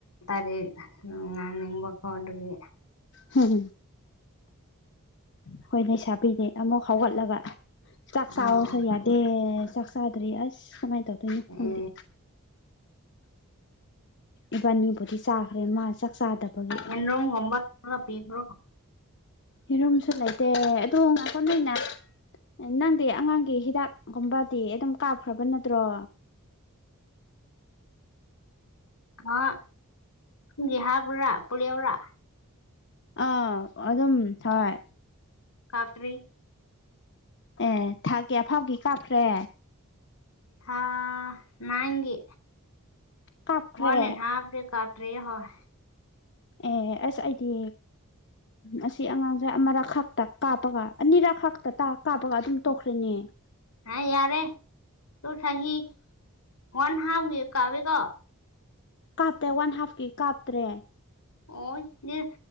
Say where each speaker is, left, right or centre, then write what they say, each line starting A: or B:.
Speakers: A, on the left; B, on the left.
A: ꯇꯗꯤ ꯉꯥꯡ ꯅꯤꯡꯕꯀꯣ ꯑꯗꯨꯒꯤ
B: ꯍꯥꯝ ꯑꯍꯣꯏ ꯂꯩꯩꯁꯥꯕꯤꯗꯤ ꯑꯃꯨꯛ ꯍꯧꯒꯠꯂꯒ ꯆꯥꯛ ꯆꯥꯑꯣꯁꯨ
A: ꯑꯧ
B: ꯌꯥꯗꯦ ꯆꯥꯛ ꯆꯥꯗ꯭ꯔꯤ ꯑꯁ ꯀꯃꯥꯏꯅ ꯇꯧꯗꯣꯏꯅꯣ
A: ꯑꯦ
B: ꯈꯪꯗꯦ ꯏꯕꯥꯟꯅꯤꯕꯨꯗꯤ ꯆꯥꯈ꯭ꯔꯦ ꯃꯥ ꯆꯥꯛ ꯆꯥꯗꯕꯒꯤ
A: ꯌꯦꯟꯔꯨꯝꯒꯨꯝꯕ ꯈꯔ ꯄꯤꯗ꯭ꯔꯣ
B: ꯌꯦꯔꯨꯝꯁꯨ ꯂꯩꯇꯦ ꯑꯗꯨ ꯉꯥꯏꯈꯣ ꯅꯣꯏꯅ ꯅꯪꯗꯤ ꯑꯉꯥꯡꯒꯤ ꯍꯤꯗꯥꯛ ꯀꯨꯝꯕꯗꯤ ꯑꯗꯨꯝ ꯀꯥꯞꯈ꯭ꯔꯕ ꯅꯠꯇ꯭ꯔꯣ
A: ꯍꯥ <unintelligible> ꯄꯨꯔꯥ ꯄꯣꯂꯤꯌꯣꯔꯥ
B: ꯑꯥ ꯑꯗꯨꯝ ꯍꯣꯏ
A: ꯀꯥꯞꯇ꯭ꯔꯤ
B: ꯑꯦ ꯊꯥ ꯀꯌꯥ ꯐꯥꯕꯒꯤ ꯀꯥꯞꯈ꯭ꯔꯦ
A: ꯊꯥ ꯅꯥꯏꯟꯒꯤ
B: ꯀꯥꯞꯈ꯭ꯔꯦ
A: ꯋꯥꯟ ꯑꯦꯟ ꯍꯥꯐ ꯗꯤ ꯀꯞ ꯗ꯭ꯔꯤꯌꯦ ꯍꯣꯏ
B: ꯑꯦ ꯑꯁ ꯑꯩꯗꯤ ꯑꯁꯤ ꯑꯉꯥꯡꯁꯦ ꯑꯃꯔꯛ ꯈꯥꯛꯇ ꯀꯥꯞꯄꯒ ꯑꯅꯤꯔꯛ ꯈꯥꯛꯇ ꯇ ꯀꯥꯞꯄꯒ ꯑꯗꯨꯝ ꯇꯣꯛꯈ꯭ꯔꯦꯅꯦ
A: ꯍꯥ ꯌꯥꯔꯦ ꯇꯨ ꯆꯍꯤ ꯋꯥꯟ ꯍꯥꯞ ꯒꯤ ꯀꯥꯞꯄꯦꯀꯣ
B: ꯀꯥꯞꯇꯦ ꯋꯥꯟ ꯍꯥꯞ ꯀꯤ ꯀꯥꯞꯇ꯭ꯔꯦ
A: ꯑꯏ ꯗꯨ